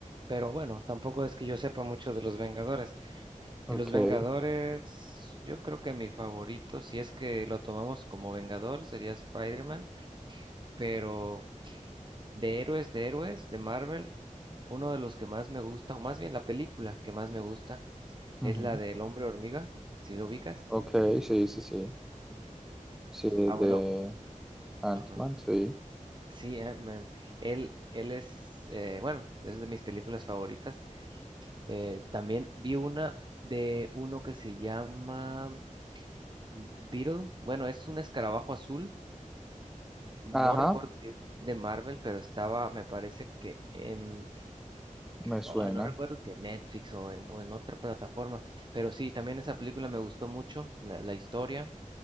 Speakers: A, on the right; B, in the centre.
A: pero bueno, tampoco es que yo sepa mucho de los Vengadores. De
B: Ok.
A: los Vengadores,
B: Sí.
A: yo creo que mi favorito, si es que lo tomamos como Vengador, sería Spider-Man, pero de héroes, de héroes, de Marvel, uno de los que más me gusta, o más bien la película que más me gusta,
B: Ujú.
A: es la del Hombre Hormiga, si lo ubicas.
B: Ok, sí, sí, sí. Sí,
A: Ah,
B: de
A: bueno,
B: Ant-Man,
A: ajá.
B: sí.
A: Sí, Ant-Man. Él, él es, eh, bueno, es de mis películas favoritas. Eh, también vi una de uno que se llama Beetle. Bueno, es un escarabajo azul. No
B: Ajá,
A: recuerdo si es de Marvel, pero estaba, me parece que en...
B: me suena.
A: Oh, no recuerdo si en Netflix o en, o en otra plataforma. Pero sí, también esa película me gustó mucho, la, la historia.